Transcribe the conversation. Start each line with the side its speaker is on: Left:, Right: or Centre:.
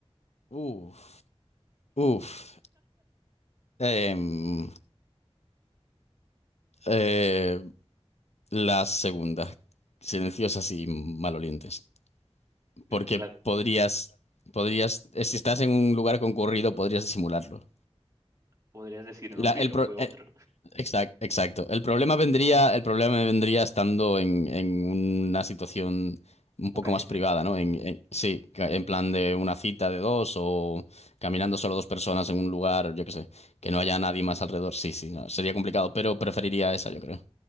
Left: Uf, uf. Em, eh, la segunda. Silenciosas y malolientes.
Right: <laughs>
Left: porque
Right: la-
Left: podrías, podrías, eh, si estás en un lugar concurrido, podrías disimularlo.
Right: podrías decir, no
Left: La-
Right: fui
Left: el
Right: yo,
Left: pro-
Right: fue otro.
Left: el- exact- exacto. El problema vendría, el problema vendría estando en, en una situación un
Right: Poca
Left: poco
Right: gente.
Left: más privada, ¿no? En, en- sí, ca- en plan de una cita de dos o caminando solo dos personas en un lugar, yo qué sé, que no haya nadie más alrededor. Sí, sí, no, sería complicado, pero preferiría esa, yo creo.